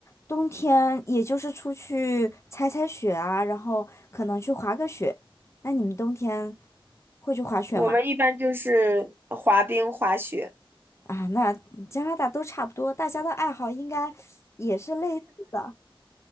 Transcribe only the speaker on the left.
冬天也就是出去踩踩雪啊，然后可能去滑个雪。那你们冬天会去滑雪吗？
啊，那加拿大都差不多，大家的爱好应该也是类似的。